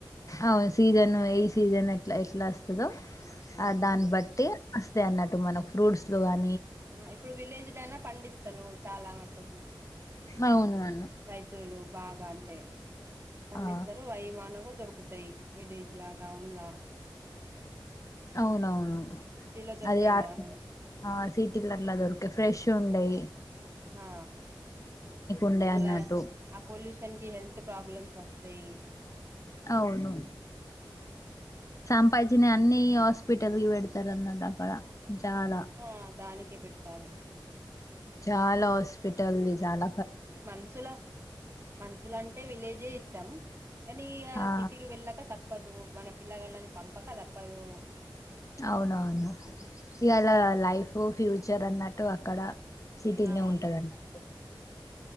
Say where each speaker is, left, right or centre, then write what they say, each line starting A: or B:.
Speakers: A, on the left; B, on the right.
A: అవు సీజన్ వి ఈ సీజన్ ఎట్లా ఎట్లా వస్తుదో ఆ దాని బట్టి కుతాయి అన్నట్ మనకు ఫ్రూట్స్ లో గాన్
B: ఆ ఇప్పుడు విలేజ్ లల్లో పండిస్తరు చాలా మటుకు
A: అవును
B: రైతులు బాగాలు టే పండిస్తారు
A: ఆ
B: వైమానగా దొరుకు కుతాయి విలేజ్ లా టౌన్ లా
A: అవునవును
B: సిటీలో దొరకాయి
A: అది ఆర్
B: కదా మనకు
A: ఆ సీటీల్ల అట్ల దిొరికే ఫ్రెష్ చూండయి
B: హా
A: ఉండే
B: మల్ల
A: అన్నట్టు
B: ఆ పోలిస్ షన్ కి హెల్త్ ప్రాబ్లమ్స్ వస్తాయి
A: అవును సంపాజీచ్చినవి అన్ని హాస్పిటల్ కి పెడతారు అన్నడు అక్కడ చాలా
B: ఆ దాని కి పెట్టాలి
A: చాలా హాస్పిటల్ది చాల
B: ఈ మనుసుుల మను మంసులంటే విలేజే ఇష్టాం అని ఈగ
A: ఆ
B: సిటీకి వెళ్ళక తప్ప తప్పదు మన పిల్లగాళ్ళని పంపక తప్పదు.
A: అవునవును ఇవల
B: క్వాల్
A: లైఫ్ ఫ్యూచర్ అన్నట్టు అక్కడ సిటీనే
B: ఆ
A: ఉంటద అన్నడు